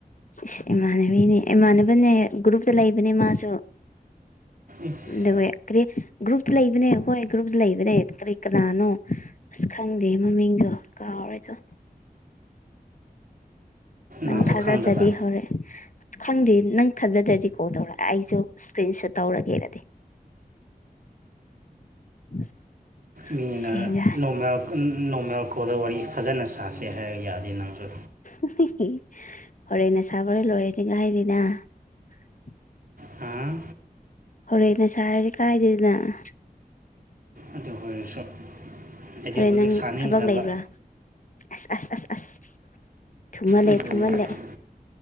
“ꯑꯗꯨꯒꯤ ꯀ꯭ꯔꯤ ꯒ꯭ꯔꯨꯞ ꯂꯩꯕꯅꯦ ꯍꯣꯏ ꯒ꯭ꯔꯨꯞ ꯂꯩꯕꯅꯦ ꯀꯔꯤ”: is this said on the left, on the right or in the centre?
Left